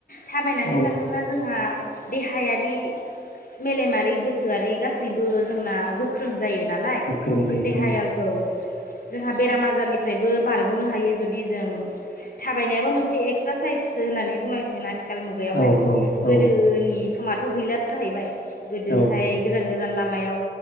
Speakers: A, on the left; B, on the left.
A: थाबायनानै
B: औ
A: थाङोब्ला जोंहा देहायारि मेलेमारि गोसोआरि गासैबो जोंना गोख्रों जायो नालाय
B: गोख्रों जायो
A: देहाया औ जोंहा बेराम आजारनिफ्राय बो बारग'नो हायो जुदि जों थाबायनायाबो मोनसे एक्सारसाइसो होननानै बुंनांसिगोन आ खाल मुगायावहाय
B: औ औ
A: गोदोनि
B: औ
A: समाथ' गैला जाहैबाय। गोदोहाय
B: औ
A: गोजान गोजान लामायाव